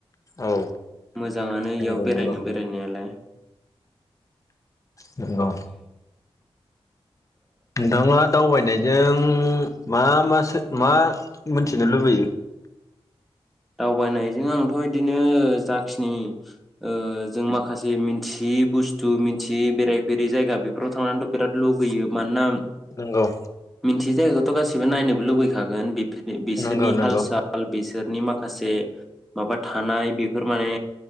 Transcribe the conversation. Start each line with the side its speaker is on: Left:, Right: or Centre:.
Left: औ
Centre: मोजाङानो
Left: नंगौ
Centre: इयाव बेरायनो
Left: नंगौ
Centre: बेरायनायालाय
Left: नंगौ नोंथाङा दावबायनायजों मा मासो मा मोनथिनो लुबैयो
Centre: दावबायनायजों आंथ' बिदिनो जाखिनि ओ जों माखासे मिथियै बुस्थु मिथियै बेरायफेरै जायगा बेफोराव थांनानैथ' बिराद लुगैयो मानोना
Left: नंगौ
Centre: न्थियौ जायगाखौथ' गासिबो नायनोबो लुुबैखागोन बि बिसोरनि
Left: नंगौ नंगौ
Centre: हाल साल बिसोर नि माखासे माबा थानाय बे बेफोर माने